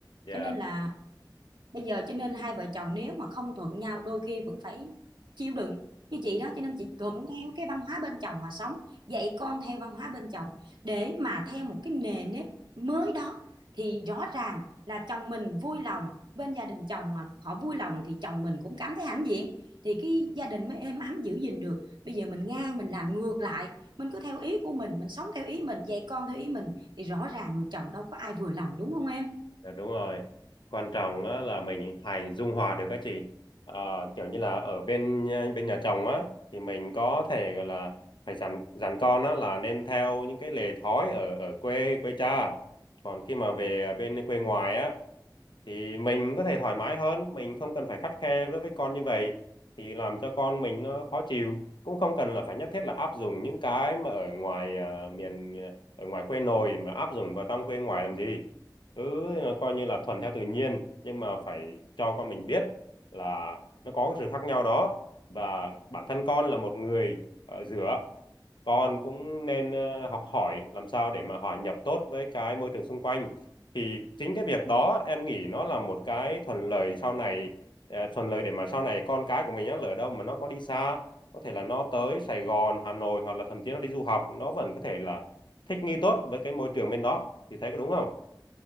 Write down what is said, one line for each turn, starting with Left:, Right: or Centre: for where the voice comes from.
Left: dạ
Right: Cho nên là bây giờ cho nên hai vợ chồng nếu mà không thuận nhau đôi khi vẫn phải chịu đựng như chị đó cho nên chị thuận theo cái văn hóa bên chồng mà sống dạy con theo văn hóa bên chồng để mà theo một cái nề nếp mới đó thì rõ ràng là chồng mình vui lòng bên gia đình chồng mà họ vui lòng thì chồng mình cũng cảm thấy hãnh diện thì cái gia đình mới êm ấm giữ gìn được bây giờ mình ngang mình làm ngược lại mình cứ theo ý của mình mình sống theo ý mình dạy con theo ý mình thì rõ ràng người chồng đâu có ai vừa lòng đúng không em
Left: Dạ đúng rồi. Quan trọng á, là mình hãy dung hòa được các chị. Ờ, kiểu như là ở bên ờ, bên nhà chồng á thì mình có thể gọi là phải dặn dặn con á là nên theo những cái lề thói ở ở quê quê cha. Còn khi mà về bên quê ngoài á thì mình có thể thoải mái hơn, mình không cần phải khắt khe đối với con như vậy thì làm cho con mình nó khó chịu, cũng không cần là phải nhất thiết là áp dụng những cái mà ở ngoài à, miền ờ, ở ngoài quê nội mà áp dụng vào trong quê ngoài làm gì cứ coi như là thuần theo tự nhiên nhưng mà phải cho con mình biết là nó có cái sự khác nhau đó và bản thân con là một người ở giữa con cũng nên ờ, học hỏi làm sao để mà hòa nhập tốt với cái môi trường xung quanh thì chính cái việc đó em nghĩ nó là một cái thuận lợi sau này ờ, thuận lợi để mà sau này con cái của mình á lỡ đâu mà nó có đi xa có thể là nó tới Sài Gòn Hà Nội hoặc là thậm chí nó đi du học nó vẫn có thể là thích nghi tốt với cái môi trường bên đó thì thấy có đúng không?